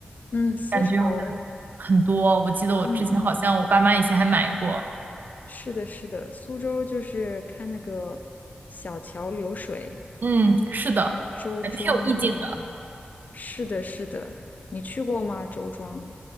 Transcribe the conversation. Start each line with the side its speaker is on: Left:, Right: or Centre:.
Left: 嗯，丝绸，
Right: 感觉好像很多。我记得我之前好像我爸妈以前还买过，
Left: 嗯嗯。是的，是的，苏州就是看那个小桥流水，
Right: 嗯，是的，
Left: 看周庄啊。
Right: 感觉挺有意境的。
Left: 是的，是的，你去过吗？周庄？